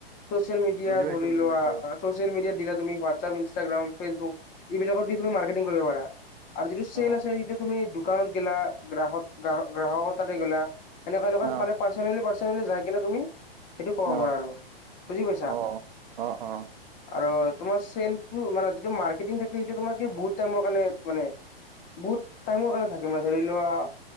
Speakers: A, on the left (about 25°); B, on the right (about 60°).
A: চ'চিয়েল মিডিয়া
B: বুজি পাইছো
A: ধৰিলোৱা
B: বুজি পাইছো।
A: ছ'চিয়েল মিডিয়াত দিলা তুমি হোৱাটশেপ ইনষ্টাগ্ৰাম ফেচবুক। এইবিলাক দি তুমি মৰ্কেটিং কৰিব পাৰা আৰু যিটো চেলচ
B: অ
A: আছে সেইটো তুমি। দোকানত গেলা গ্ৰাহক গ গ্ৰাহক তাতে গেলা সেনেকে এনেকুৱা
B: অ
A: মানে। পাৰ্চনেলি পাৰ্চনেলি যায় কিনে তুমি। এইটো কব
B: অ
A: পাৰ আৰু বুজি পাইছা।
B: অ অ অ
A: আৰু তোমাৰ চেলটো মানে যিটো মাৰ্কেটিং থাকে সেইটো তোমাৰ বহুত টাইমৰ কাৰণে মানে বহুত টাইমৰ কাৰণে থাকে মানে ধৰি লোৱা